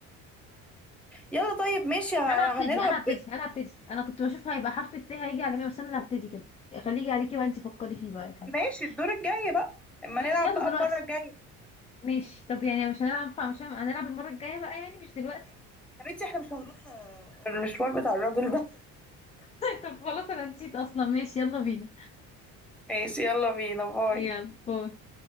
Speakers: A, in the centre; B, on the left.
A: يلا طيب ماشي ه-
B: انا هبتدي
A: هنلعب
B: انا هبتدي انا هبتدي انا كنت بشوف هيبقى حرف الث هيجي على مين بس انا اللي هبتدي كده خليجي عليكي بقى انت فكري فيه بقى يا حبيبتي
A: ماشي الدور الجاي بقى اما
B: ماشي
A: نلعب
B: يلا
A: بقى
B: دلوقتي
A: المرة الجاية
B: ماشي طب يعني مش هنلعب مش هن- هنلعب المرة الجاية بقى يعني مش دلوقتي
A: يا بنتي احنا مش هنروح آه، المشوار بتاع الراجل ده
B: <laughs> طب خلاص انا نسيت اصلا ماشي يلا بينا
A: <laughs> ماشي يلا بينا باي
B: يلا باي